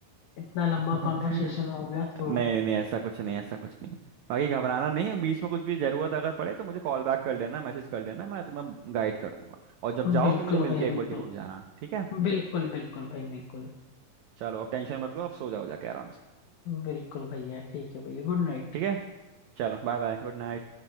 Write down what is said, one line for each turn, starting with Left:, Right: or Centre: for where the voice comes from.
Left: इतना लंबा
Right: <laughs>
Left: कॉन्वर्सेशन हो गया तो
Right: नहीं नहीं ऐसा कुछ नहीं ऐसा कुछ नहीं बाकी घबराना नहीं बीच में कुछ भी जरूरत अगर पड़े तो मुझे कॉल बैक कर लेना मैसेज कर लेना मैं तुम्हें गाइड कर दूंगा और जब जाओ
Left: बिल्कुल
Right: तो मुझे मिलके
Left: भाई
Right: एक
Left: बिल्कुल
Right: बार जरूर जाना ठीक है
Left: बिल्कुल बिल्कुल भाई बिल्कुल
Right: चलो अब टेंशन मत लो अब सो जाओ जाके आराम से
Left: बिल्कुल भैया ठीक है भैया गुड नाइट
Right: ठीक है चलो बाय बाय गुड नाइट